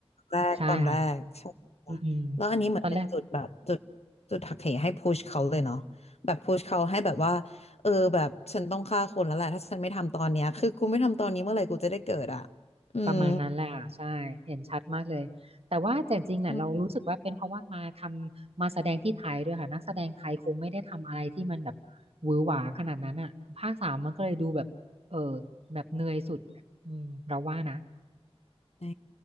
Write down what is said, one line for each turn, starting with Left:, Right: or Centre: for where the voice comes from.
Left: แรกตอนแรกใช่ค่ะแล้วอันนี้เหมือนเป็นจุดแบบจุด
Right: ใช่ค่ะอืมอืมตอนแรก
Left: จุดหักเหให้พุชเขาเลยเนาะแบบพุชเขาให้แบบว่าเออแบบฉันต้องฆ่าคนแล้วแหละถ้าฉันไม่ทำตอนเนี้ยคือกูไม่ทำตอนนี้เมื่อไหร่กูจะได้เกิดอ่ะอืม
Right: ประมาณนั้นแหละค่ะ ใช่ เห็นชัดมากเลย แต่ว่าแต่จริงๆเนี่ยเรารู้สึกว่าเป็นเพราะว่ามาทำมาแสดงที่ไทยด้วยค่ะนักแสดงไทยคงไม่ได้ทำอะไรที่มันแบบหวือหวาขนาดนั้นอ่ะภาคสามมันก็เลยดูแบบเออ
Left: อืม
Right: แบบเหนื่อยสุดอะอืมเราว่านะ
Left: ใช่